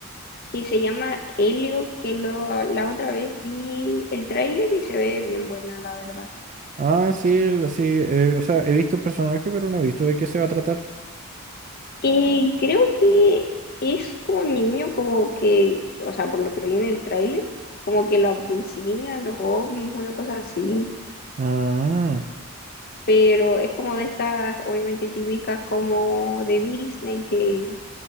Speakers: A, on the left; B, on the right.
A: que se llama Helio, que lo, la otra vez vi el tráiler y se ve bien buena, la verdad.
B: Ah, sí, el- sí. eh, o sea, he visto el personaje, pero no he visto de qué se va a tratar.
A: Y creo que es como un niño, como que, o sea, por lo que vi en el tráiler, como que lo abducían los ovnis, una cosa así.
B: Ah.
A: Pero es como de estas, obviamente típicas como de Disney, que,